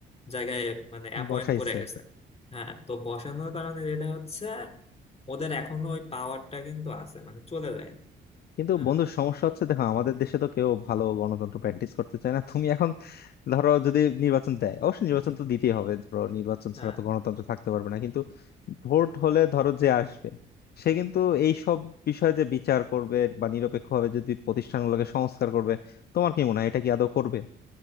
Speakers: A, on the left; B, on the left.
A: জায়গায় মানে অ্যাপয়েন্ট
B: বসাইছে
A: করে গেছে হ্যাঁ তো বসানোর কারণে যেটা হচ্ছে ওদের এখনো ওই পাওয়ারটা কিন্তু আছে মানে চলে যায়নি
B: কিন্তু
A: হ্যাঁ
B: বন্ধু সমস্যা হচ্ছে দেখো আমাদের দেশে তো কেউ ভালো গণতন্ত্র প্র্যাকটিস করতে চায় না তুমি এখন ধরো যদি নির্বাচন দেয় অবশ্যই নির্বাচন তো দিতেই হবে ধরো নির্বাচন ছাড়া
A: হ্যাঁ
B: তো গণতন্ত্র থাকতে পারবে না কিন্তু ভোট হলে ধরো যে আসবে সে কিন্তু এই সব বিষয়ে যে বিচার করবে বা নিরপেক্ষভাবে যদি প্রতিষ্ঠানগুলোকে সংস্কার করবে তোমার কি মনে হয় এটা কি আদৌ করবে